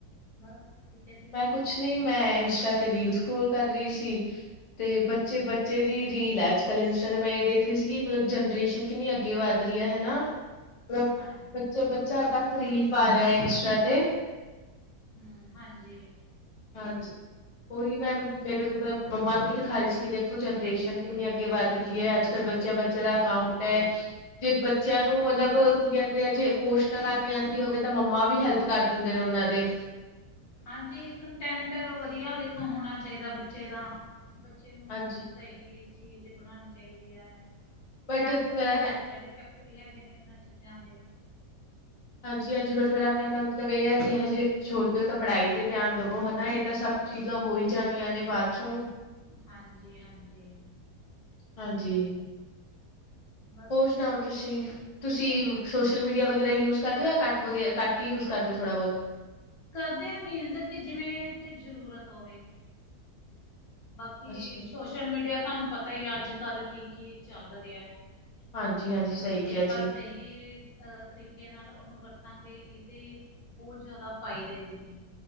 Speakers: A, on the left; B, on the left.
A: ਬਸ ਠੀਕ ਹੈ ਜੀ,
B: ਮੈਂ ਕੁ ਕੁਛ ਨੀ, ਮੈਂ ਇੰਸਟਾ ਤੇ ਰੀਲ ਸਕਰੋਲ ਕਰ ਰਹੀ ਸੀ ਤੇ ਬੱਚੇ ਬ ਬੱਚੇ ਦੀ ਰੀਲ ਐ ਅੱਜ ਕੱਲ ਇੰਸਟਾ ਤੇ, ਮੈਂ ਇਹ ਦੇਖ ਰਹੀ ਸੀ ਕਿ ਮਤਲਬ ਜਨਰੇਸ਼ਨ ਕਿੰਨੀ ਅੱਗੇ ਵੱਧ ਰਹੀ ਹੈ ਹਨਾ? ਮਤਲਬ
A: ਹਾਂ,
B: ਬੱਚਾ-ਬੱਚਾ ਤੱਕ ਰੀਲ ਪਾ ਰਿਹਾ ਏ ਇੰਸਟਾ ਤੇ।
A: ਹੂੰ, ਹਾਂਜੀ।
B: ਹਾਂਜੀ। ਉਹੀ ਮੈਂ ਮੇਰੇ ਲਈ ਮਤਲਬ ਮੰਮਾ ਨੂੰ ਵੀ ਦਿਖਾ ਰਹੀ ਸੀ ਕਿ ਦੇਖੋ ਜਨਰੇਸ਼ਨ ਕਿੰਨੀ ਅੱਗੇ ਵੱਧ ਗ ਗੀ ਐ। ਅੱਜ-ਕਲ ਬੱਚਿਆਂ-ਬੱਚਿਆਂ ਦਾ ਅਕਾਊਂਟ ਐ। ਜੇ ਬੱਚਿਆਂ ਨੂੰ ਮਤਲਬ ਕੀ ਕਹਿੰਦੇ ਆ ਜੇ ਪੋਸਟ ਨਾ ਕਰਨੀ ਆਂਦੀ ਹੋਵੇ ਤਾਂ ਮੰਮਾ ਵੀ ਹੈਲਪ ਲਪ ਕਰ ਦਿੰਦੇ ਨੇ ਉਹਨਾਂ ਦੇ।
A: ਹਾਂਜੀ। ਕੰਨਟੈਂਟ ਵਧੀਆ ਦੇਖੋ ਹੋਣਾ ਚਾਹੀਦਾ ਬੱਚੇ ਦਾ, ਬੱਚੇ ਨੂੰ
B: ਹਾਂਜੀ।
A: ਸਹੀ ਚੀਜ਼ ਬਣਾਣੀ ਚਾਹੀਦੀ ਐ। ਇਫੈਕਟ
B: ਬਟ
A: ਵੀ
B: ਮੇਰਾ
A: ਐ, ਸਾਇਡ ਇਫੈਕ ਕਟ ਵੀ ਹੈਗੇ ਨੇ ਇਹਨਾਂ ਚੀਜ਼ਾਂ ਦੇ।
B: ਹਾਂਜੀ-ਹਾਂਜੀ। ਬਟ ਮੇਰਾ ਕਹਿਣ ਦਾ ਮਤਲਬ ਇਹ ਹੈ ਜੇ ਹਜੇ ਛੋਟੇ ਓ ਤਾਂ ਪੜ੍ਹਾਈ ਤੇ ਧਿਆਨ ਦਵੋ, ਹਨਾ ਇਹ ਤਾਂ ਸਭ ਚੀਜ਼ਾਂ ਹੋਈ ਜਾਣੀਆਂ ਨੇ ਬਾਦ ਚੋਂ।
A: ਹਾਂਜੀ-ਹਾਂਜੀ।
B: ਹਾਂਜੀ,।
A: ਬਸ
B: ਹੋਰ ਸੁਣਾਓ ਤੁਸੀਂ? ਤੁਸੀਂ
A: ਬਸ
B: ਸੋਸ਼ਲ ਮੀਡੀਆ ਵਗੈਰਾ ਯੂਜ ਕਰਦੇ ਜਾਂ ਕੱਟ-ਕੱ ਹੀ ਯੂਜ ਕਰਦੇ ਥੋੜਾ ਬਹੁਤ।
A: ਕਰਦੇ ਆਂ ਮੀਨਜ਼ ਕਿ ਜਿਵੇਂ ਕੋਈ ਜ਼ਰੂਰਤ ਹੋਵੇ। ਬਾਕੀ
B: ਅੱਛਾ ਜੀ,
A: ਸੋਸ਼ਲ ਮੀਡੀਆ ਤੁਹਾਨੂੰ ਪਤਾ ਹੀ ਆ ਅੱਜ-ਕਲ ਕੀ-ਕੀ ਚੱਲ ਰਿਹਾ ਏ
B: ਹਾਂਜੀ-ਹਾਂਜੀ। ਸਹੀ
A: ਇਹ
B: ਕਿਹਾ
A: ਆਪਾਂ
B: ਜੀ।
A: ਸਹੀ ਕੀ ਅਹ ਤਰੀਕੇ ਨਾਲ ਉਹਨੂੰ ਵਰਤਾਂਗੇ, ਇਹਦੇ ਬਹੁਤ ਜ਼ਿਆਦਾ ਫਾਇਦੇ ਵੀ ਨੇ।